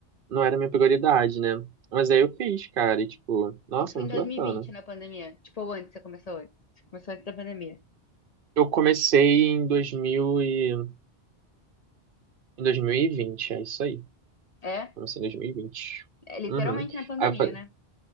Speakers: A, on the right; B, on the left.
A: não era minha prioridade, né? Mas aí eu fiz, cara, e tipo, nossa,
B: Isso foi
A: muito
B: em 2020,
A: bacana.
B: na pandemia. Tipo, ou antes, você começou antes. Você começou antes da pandemia.
A: Eu comecei em 2000 Em 2020 é isso aí.
B: É,
A: Comecei em 2020.
B: é literalmente
A: Uhum.
B: na pandemia,
A: Aí eu falei,
B: né?